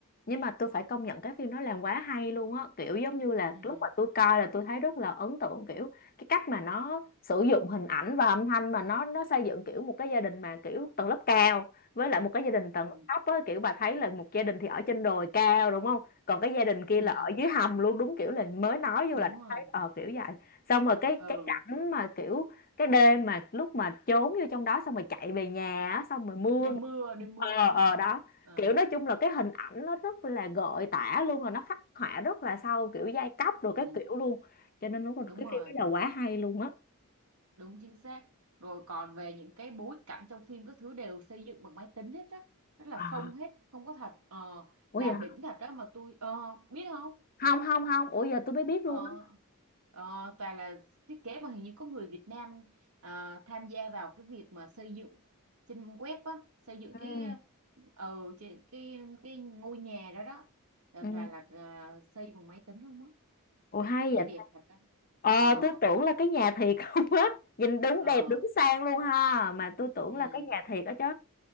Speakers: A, on the left; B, on the right.
A: Nhưng mà tôi phải công nhận cái phim nó làm quá hay luôn á kiểu giống như là
B: ừ
A: lúc mà tôi coi là tôi thấy rất là ấn tượng kiểu cái cách mà nó sử dụng hình ảnh và âm thanh mà nó nó xây dựng kiểu một cái gia đình mà kiểu tầng lớp cao với lại một cái gia đình tầng
B: ừ
A: lớp thấp á kiểu bà thấy là một gia đình thì ở trên đồi cao đúng không còn cái gia đình kia
B: ừ
A: là ở dưới hầm luôn đúng kiểu là mới nói vô
B: đúng
A: là đã
B: rồi
A: thấy ờ kiểu vậy xong rồi cái
B: ừ
A: cái cảnh mà kiểu cái đêm mà lúc mà trốn vô trong đó xong rồi chạy về nhà á, xong rồi mưa
B: đêm mưa đêm mưa
A: ờ
B: đúng
A: ờ
B: không
A: đó
B: ờ
A: kiểu nói chung là cái hình ảnh nó rất là gợi tả luôn rồi nó khắc họa rất là sâu kiểu giai cấp rồi cái
B: ừ
A: kiểu luôn cho nên đúng là
B: đúng
A: cái
B: rồi
A: phim đó là quá hay luôn á
B: đúng chính xác rồi còn về những cái bối cảnh trong phim các thứ đều xây dựng bằng máy tính hết á rất là
A: à
B: phông hết không có thật ờ,
A: ủa
B: làm
A: giờ
B: đỉnh thật đó mà tôi ờ, biết không
A: không không không ủa giờ tôi mới biết
B: ờ,
A: luôn á
B: ờ, toàn là thiết kế mà hình như có người Việt Nam à, tham gia vào cái việc mà xây dựng trên web á xây dựng
A: ừ
B: cái ờ trên cái cái ngôi nhà đó đó là
A: ừ
B: toàn là à, xây bằng máy tính không á
A: ủa hay
B: thiết kế
A: vậy
B: đẹp
A: ta.
B: thật đó
A: ờ
B: ờ
A: tôi tưởng là cái nhà thiệt không á nhìn đúng
B: ờ
A: đẹp đúng sang luôn ha mà tôi tưởng
B: ừ
A: là cái nhà thiệt á chứ